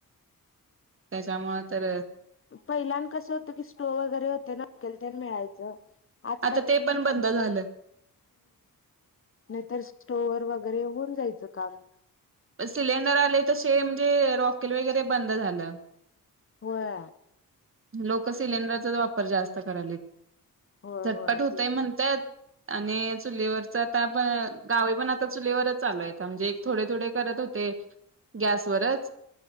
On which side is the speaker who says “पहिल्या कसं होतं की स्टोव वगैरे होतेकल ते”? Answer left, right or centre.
Left